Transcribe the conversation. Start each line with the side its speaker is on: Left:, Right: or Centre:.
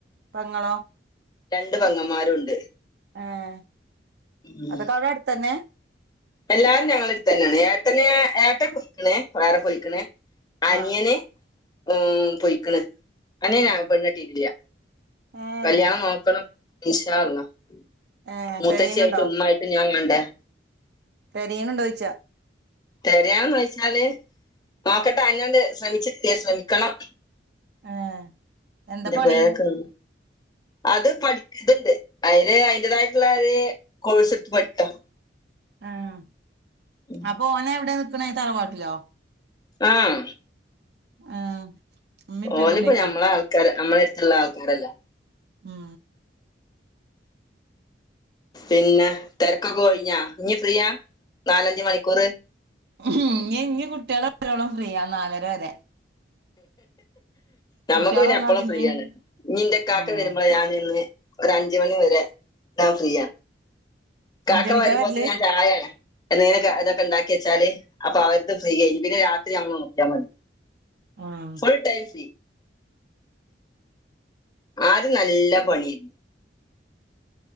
Right: പെങ്ങളോ
Left: രണ്ട് പെങ്ങന്മാരും ഉണ്ട്
Right: ആഹാ
Left: ഉം
Right: അത് കൊറെ അടുത്തന്നെ
Left: എല്ലാരും ഞങ്ങളുടെ അടുത്ത് തന്നെയാണ് ഏട്ടന് ഏട്ടൻ <unintelligible> വേറെ <unintelligible> അനിയന്
Right: ആഹ്
Left: ഉം പോയിക്കണ് അനിയൻ
Right: ആഹ്
Left: നാരും പെണ്ണ് കെട്ടിയിട്ടില്ല
Right: ഏഹ്
Left: കല്യാണം നോക്കണം ഇൻശാ അള്ളാ ഉം
Right: ഏഹ്
Left: മുത്തശ്ശി
Right: തെരയുന്നുണ്ടോ
Left: ആയിട്ടും ഉമ്മ ആയിട്ടും ഞാൻ വേണ്ട
Right: തെരിയിന്ന് ഉണ്ടോയ്ച്ചാ
Left: തെരയാന്ന് വെയിച്ചാല് നോക്കട്ടെ അന്നോന്ന് ശ്രമിച്ച്ട്ടല്ല ശ്രമിക്കണം
Right: ഏഹ് എന്താ
Left: നിന്റെ
Right: പണി
Left: ബാക്ക്‌ന്ന് അത് പഠിക്ക ഇതുണ്ട് അതിന് അതിന്റേതായിട്ടുള്ള ഒരു കോഴ്സ് എടുത്ത് പഠിക്കാം
Right: ആഹാ
Left: ഉം.
Right: അപ്പൊ ഓനെ എവിടെ നിർത്തണെ തറവാട്ടിലോ
Left: ആം
Right: ആഹ് ഉമ്മേം ഉപ്പേക്കെ
Left: ഓന്
Right: ഇണ്ടേക്കും
Left: ഇപ്പോ ഞമ്മളെ ആൾക്കാര് നമ്മളെ അടുത്തുള്ള ആൾക്കാരല്ലെ
Right: ഉം
Left: പിന്നെ തിരക്കൊക്കെ ഒഴിഞ്ഞാ ഇനി ഫ്രീയാ നാലഞ്ച് മണിക്കൂറ്
Right: ഇനി ഇനി കുട്ടികളെ വരോളം ഫ്രീയ നാലര വരെ
Left: നമ്മുക്ക്
Right: കുട്ട്യാള്
Left: പിന്നെ
Right: വന്നാ
Left: എപ്പളും
Right: പിന്നിം
Left: ഫ്രീയാണ് ഇനി എന്റെ ഇക്കാക്ക
Right: ആഹ്
Left: വരുമ്പോള് ഞാൻ നിന്ന് ഒര് അഞ്ച് മണിവരെ ഞാൻ ഫ്രീയ ഇക്കാക്ക
Right: അഞ്ചണിക്കാ
Left: വരുമ്പോഴത്തേനും
Right: വരല്
Left: ഞാൻ ചായ എന്തെലും ഇതൊക്കെ ഉണ്ടാക്കി വെച്ചാല് അപ്പൊ ആ ഒരുത് ഫ്രീയായി പിന്നെ രാത്രി നമ്മള് നോക്കിയാൽ മതി
Right: ആഹ്
Left: ഫുൾ ടൈം ഫ്രീ ആദ്യം നല്ല പണിയും